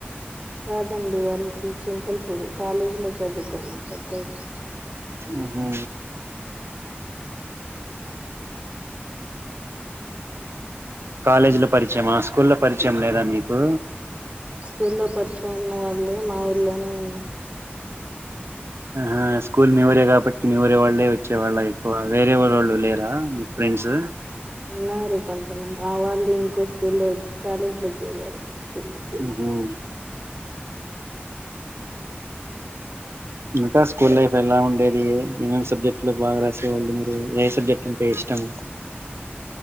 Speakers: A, on the right (about 30°); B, on the right (about 80°).
A: కాదండి వాళ్ళది చింతలపూడి కాలేజీ లో చదువుకులే పెద్దయితే.
B: ఉహు. కాలేజీ లో పరిచయమా స్కూల్ లో పరిచయం లేదా మీకు.
A: స్కూల్లో పరిచయం ఉన్న వాళ్ళు మా ఊర్లోనే ఉన్నారు.
B: ఆ స్కూల్ మీ ఊరే కాబట్టి మీ ఊరే వాళ్ళే వచ్చే వాళ్ళ ఎక్కువ వేరే వా వాళ్ళు లేరా మీ ఫ్రెండ్స్.
A: ఉన్నారు కొంతమంది ఆ వాళ్ళు ఇంకో స్కూల్లో కాలేజీ లో చేరారు. స్కూల్
B: ఉహుమ్ ఇంకా స్కూల్ లైఫ్ ఎలా ఉండేది ఏమేమి సబ్జెక్టులు బాగా రాసేవాళ్ళు మీరు ఏ సబ్జెక్ట్ అంటే ఇష్టం.